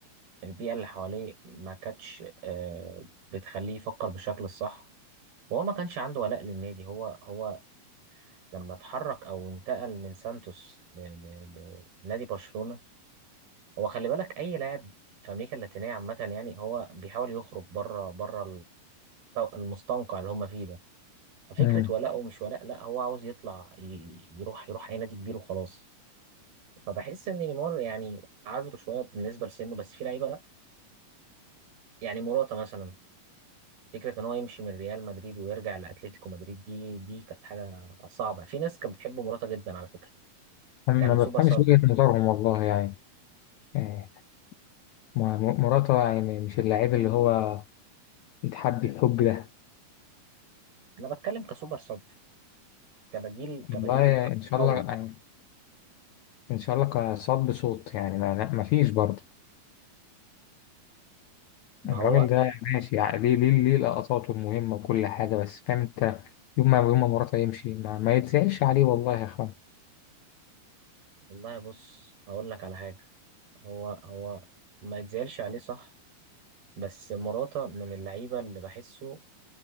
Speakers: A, on the right; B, on the left.
A: البيئه اللي حواليه ما كانتش آه، بتخليه يفكر بالشكل الصح وهو ما كانش عنده ولاء للنادي هو هو لما اتحرك او انتقل من سانتوس ل- ل- لنادي برشلونه هو خلي بالك اي لاعب في امريكا اللاتينيه عامه يعني هو بيحاول يخرج بره بره المستنقع اللي هم فيه ده ففكرة
B: أمم.
A: ولاء ومش ولاء لا هو عاوز يطلع ي- يروح يروح أي نادي كبير وخلاص فبحس إن نيمار يعني عذره شوية بالنسبة لسنه بس في لعيبة لا يعني موراتا مثلا فكرة إن هو يمشي من ريال مدريد ويرجع لأتلتيكو مدريد دي دي كانت حاجة صعبة في ناس كانت بتحب موراتا جدا على فكرة
B: ما
A: كان
B: بفهمش
A: سوبر صاب
B: وجهة نظرهم والله يعني آه، م- م- مراته يعني مش اللاعب اللي هو يتحب الحب ده
A: أنا بتكلم كسوبر صاب كبديل
B: والله
A: كبديل
B: ان شاء
A: قوي
B: الله يعني ان شاء الله كصاب صوت يعني ما, لا، ما فيش برضه
A: ما
B: الراجل
A: هو
B: ده ماشي يعني ليه ليه ليه لقطاته المهمة وكل حاجة بس فاهم انت يوم ما يوم ما مراته يمشي ما, ما يتزعلش عليه والله يا اخوان
A: والله بص هقول لك على حاجة هو هو ما يتزعلش عليه صح بس موراتا من اللعيبة اللي بحسه